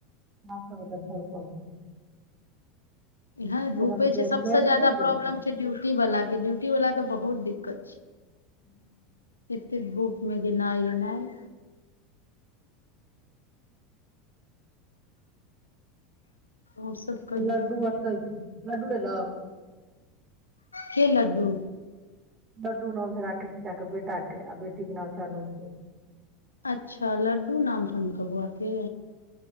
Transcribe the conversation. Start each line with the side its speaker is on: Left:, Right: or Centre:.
Right: न फर तऽ घर पल छै
Left: इहन धूपे
Right: जेना जरि
Left: छै सबस ज जााददा
Right: नहि जाइ
Left: प्रॉब्लम छै ड्यूटी वाला के ड्यूटी वाला के बहुत दिक्कत <inaudible>
Right: ह्म्म
Left: एतेक धूप मे जेनाइ एनाइ आओर सब कहियौ
Right: लड्डू आता इ छैे लडू ल ला
Left: के लडू
Right: लड्डू नाम छै राकेश चाे बेटाके आ बेटीके नाम छै अनु सिंह
Left: अच्छा लड्डू नाम सुन हीनकर बऊआके